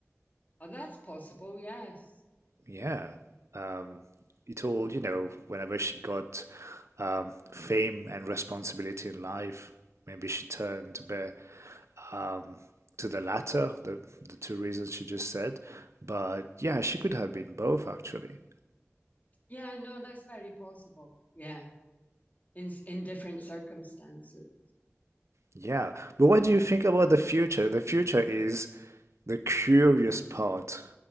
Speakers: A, on the left (about 35°); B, on the right (about 80°).
A: Oh, that's possible, yes.
B: Yeah. Um, it all, you know, whenever she got um, fame and responsibility in life, maybe she turned a bit um, to the latter, the, the two reasons she just said. But yeah, she could have been both, actually.
A: Yeah, no, that's very possible. Yeah, in in different circumstances.
B: Yeah. But what do you think about the future? The future is the curious part